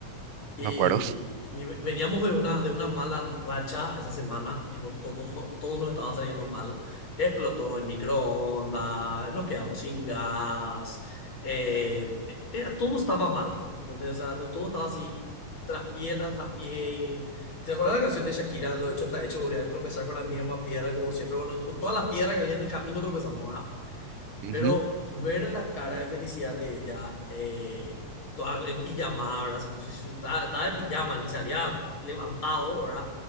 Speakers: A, on the left; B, on the right.
A: y,
B: ¿Me acuerdo?
A: y veníamos de una, de una mala racha esa semana, tipo, todos, no, todos nos estaba saliendo mal. Explotó el microondas, nos quedamos sin gas, eh, era- todo estaba mal, ¿entendés? O sea, to- todo estaba así, tras pie, tras, tras pie. y- ¿Te acuerdas la canción de Shakira? Lo hecho está hecho, volví a tropezar con la misma piedra que hubo siempre. Bueno, con todas las piedras que había en el camino tropezamos, ¿verdad?
B: Ujú,
A: Pero ver la cara de felicidad de ella, eh, toda en pijama ¿verdad? Se puso, su- estaba, estaba de pijama, ni se había levantado, ¿verdad?